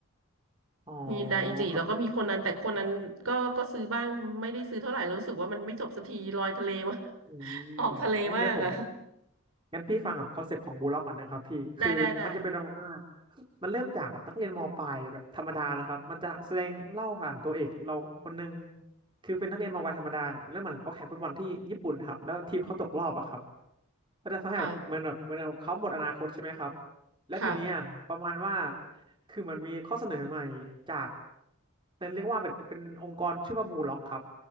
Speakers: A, on the right; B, on the right.
A: อ๋อ
B: มีดาอิจิแล้วก็มีคนนั้นแต่คนนั้นก็ก็ซื้อบ้างไม่ได้ซื้อเท่าไหร่แล้วรู้สึกว่ามันไม่จบสักทีลอยทะเลมาก
A: ครับอืมงั้นเดี๋ยวผม
B: <laughs> ออกทะเลมากอะ
A: งั้นพี่ฟังกับคอนเซปต์ของบูล็อกก่อนนะครับพี่คือมันจะเป็นประมาณว่า
B: ได้ได้ได้
A: มันเริ่มจากนักเรียนมปลายแบบธรรมดานะครับมันจะแสดงเล่าผ่านตัวเอกเราคนหนึ่งคือเป็นนักเรียนมปลายธรรมดาเริ่มเหมือนเขาแข่งฟุตบอลที่ญี่ปุ่นครับแล้วทีมเขาตกรอบอะครับก็จะทำให้แบบเหมือนแบบเหมือนแบบเขาหมดอนาคตใช่ไหมครับ
B: ค่ะ
A: แล้วทีนี้อะประมาณว่า
B: ค่ะ
A: คือมันมีข้อเสนอใหม่จากเป็นเรียกว่าเป็นเป็นองค์กรชื่อว่าบูล็อกครับ